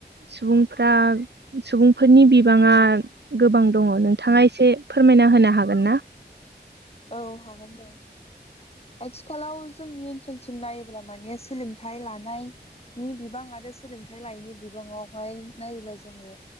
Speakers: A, on the right (about 75°); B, on the left (about 35°).
A: सुबुंफ्रा सुबुंफोरनि बिबाङा गोबां दङ नोंथाङा एसे। फोरमायना होनो हागोन ना?
B: औ हागोन दे आथिखालाव जोंनि ओनसोलसिम नायोब्ला माने सोलोंथाइ लानायनि बिबां आरो सोलोंथाइ लायैनि बिबाङावहाय नायोब्ला जोङो